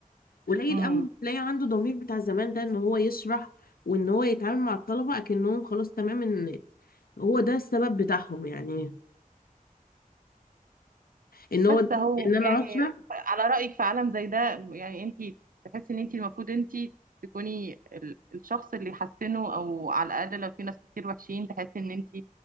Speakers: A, on the left; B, on the right.
A: قليل
B: مم.
A: قوي اللي تلاقي عنده ضمير بتاع زمان ده ان هو يشرح وان هو يتعامل مع الطلبة اكنهم خلاص تمام ان هو ده السبب بتاعهم يعني ان هو
B: بس
A: ده-
B: هو
A: ان انا
B: يعني
A: هشرح
B: على رأيك في عالم زي ده يعني انت تحسي ان انت المفروض انت تكوني ال- الشخص اللي يحسنه او على الاقل لو في ناس كتير وحشين تحسي ان انت